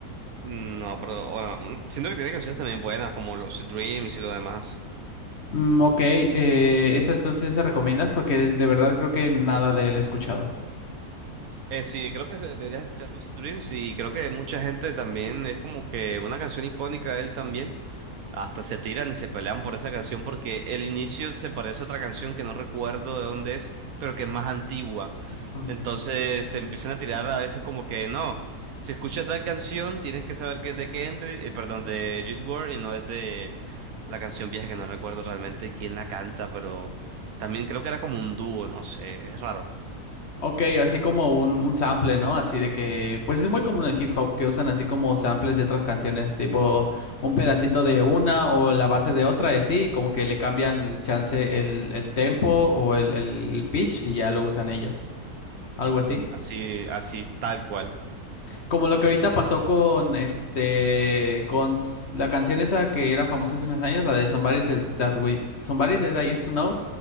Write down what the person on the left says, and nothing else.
Mm, ok, eh, esa entonces se recomiendas porque es- de verdad creo que nada de él he escuchado.
Ujú,
Ok, así como un, un sample, ¿no? Así de que, pues es muy común en el hip hop que usan así como samples de otras canciones, tipo un pedacito de una o la base de otra y así, como que le cambian chance el, el tempo o el, el el pitch y ya lo usan ellos. ¿Algo así?
Como lo que ahorita pasó con este, con s- la canción esa que era famosa hace unos años, la de Somebody That, That We, Somebody That I Used to Know,